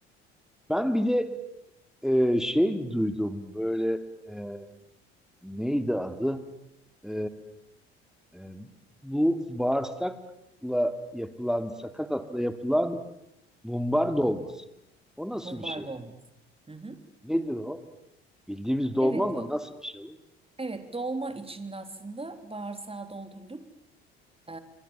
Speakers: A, in the centre; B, on the right (about 15°).
A: Ben bir de e, şey duydum böyle e, neydi adı? E, e, bu bağırsakla yapılan, sakatatla yapılan mumbar dolması. O nasıl
B: Mumbar
A: bir şey?
B: dolması. Hı hı.
A: Nedir o? Bildiğimiz dolma
B: Evet
A: mı?
B: o.
A: Nasıl bir şey bu?
B: Evet dolma için aslında bağırsağı doldurulur. e,